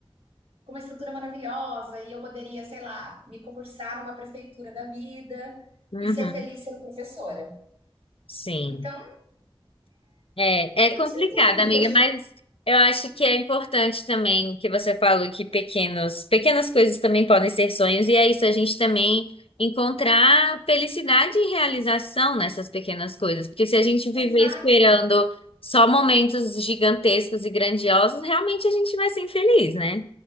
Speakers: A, on the right (about 80°); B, on the left (about 70°).
A: com uma estrutura maravilhosa e eu poderia, sei lá, me concursar numa prefeitura da vida
B: Uhum.
A: e ser feliz sendo professora.
B: Sim.
A: Então,
B: É, é
A: eu
B: complicado,
A: te entendo.
B: amiga, mas eu acho que é importante também o que você falou, que pequenos, pequenas coisas também podem ser sonhos, e é isso, a gente também encontrar felicidade e realização nessas pequenas coisas, porque se a gente viver
A: Exato.
B: esperando só momentos gigantescos e grandiosos, realmente a gente vai ser infeliz, né?